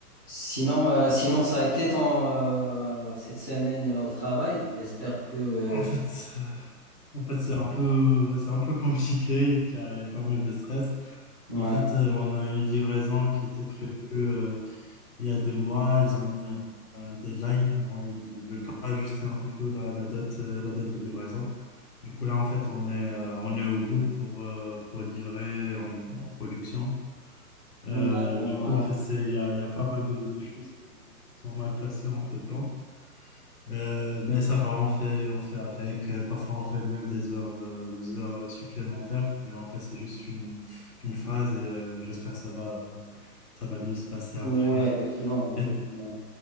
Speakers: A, on the left (about 15°); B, on the left (about 70°).
A: Sinon, euh, sinon, ça a été ton euh, cette semaine au travail. J'espère que euh,
B: En fait, euh, en fait c'est un peu, c'est un peu compliqué, il y a, il y a pas mal de stress.
A: ouais.
B: En fait, euh, on a une livraison qui était prévue euh, il y a deux mois, ils ont mis un, un deadline, et ils ne veulent pas ajuster un peu la, la date, euh, la date de livraison. Du coup, là, en fait, on est, euh, on est au bout pour, euh, pour livrer en, en production. Euh,
A: D'accord,
B: du coup,
A: ouais.
B: en fait, c'est, il y a, il y a pas mal de, de choses qui sont mal passées entre-temps. Euh, mais ça va, on fait, on fait avec. Euh, Parfois, on fait même des heures, euh, des heures euh, supplémentaires. Mais en fait, c'est juste une, une phase et euh, j'espère que ça va, ça va mieux se passer après.
A: Ouais, effectivement,
B: <laughs>
A: effectivement.
B: Et,